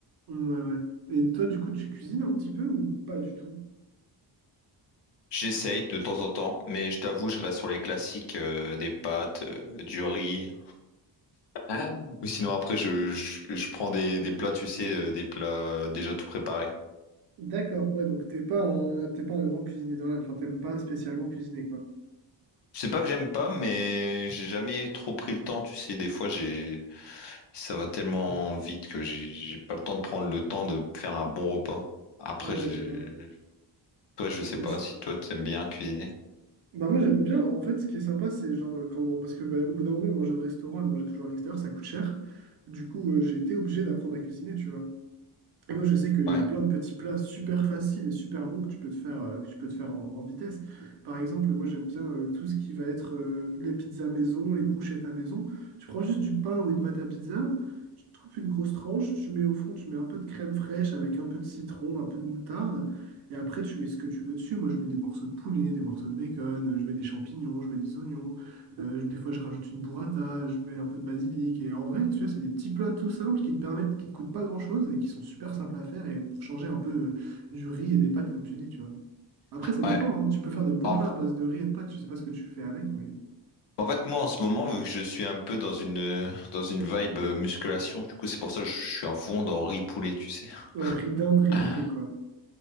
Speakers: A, on the right; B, on the left.
A: Ouais, ouais. Et toi, du coup, tu cuisines un petit peu ou pas du tout?
B: J'essaye de temps en temps, mais je t'avoue, je reste sur les classiques, euh, des pâtes, euh, du riz. Ah. Ou sinon, après, je, je, je prends des, des plats, tu sais, euh, des plats euh, déjà tout préparés.
A: D'accord, ouais, donc t'es pas un, t'es pas un grand cuisinier dans l'âme, enfin t'aimes pas spécialement cuisiner, quoi.
B: C'est pas que j'aime pas, mais j'ai jamais trop pris le temps, tu sais. Des fois, j'ai Ça va tellement vite que j'ai j'ai pas le temps de prendre le temps de faire un bon repas. Après,
A: Ouais,
B: je...
A: je vois.
B: toi, je sais pas
A: Et tu-
B: si toi, t'aimes bien cuisiner.
A: Bah moi j'aime bien, en fait, ce qui est sympa, c'est genre euh, quand... Parce que bah, au bout d'un moment, manger au restaurant et manger toujours à l'extérieur, ça coûte cher. Du coup, euh, j'ai été obligé d'apprendre à cuisiner, tu vois. Et Moi, je sais qu'il
B: Ouais.
A: y a plein de petits plats super faciles et super bons que tu peux te faire, euh, que tu peux te faire en, en vitesse. Par exemple, moi, j'aime bien euh, tout ce qui va être euh, les pizzas maison, les brochettes à maison. Tu prends juste du pain ou une pâte à pizza, tu te coupes une grosse tranche, tu mets au fond, tu mets un peu de crème fraîche avec un peu de citron, un peu de moutarde. Et après, tu mets ce que tu veux dessus. Moi, je mets des morceaux de poulet, des morceaux de bacon, euh, je mets des champignons, je mets des oignons. Euh, je- des fois, je rajoute une burrata, je mets un peu de basilic. Et en vrai, tu vois, c'est des petits plats tout simples qui te permettent, qui te coûtent pas grand-chose et qui sont super simples à faire et pour changer un peu euh, du riz et des pâtes, comme tu dis, tu vois. Après, ça
B: Ouais.
A: dépend, hein. Tu peux faire de bons
B: En,
A: plats à base de riz et de pâtes. Je sais pas ce que tu fais avec, mais...
B: en fait, moi, en ce moment, vu que je suis un peu dans une, euh, dans une vibe euh, musculation, du coup, c'est pour ça que je suis à fond dans riz poulet, tu sais.
A: Ouais, riz d'Inde, riz
B: Ouais,
A: poulet,
B: <laughs>
A: quoi.